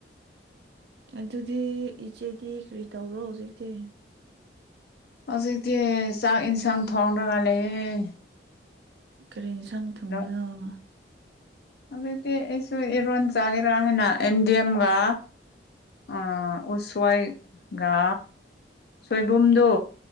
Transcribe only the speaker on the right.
ꯑꯗꯨꯗꯤ ꯏꯆꯦꯗꯤ ꯀ꯭ꯔꯤ ꯇꯧꯕ꯭ꯔꯣ ꯍꯧꯖꯤꯛꯇꯤ
ꯀꯔꯤ ꯏꯟꯁꯥꯡ ꯊꯣꯡꯕꯅꯣ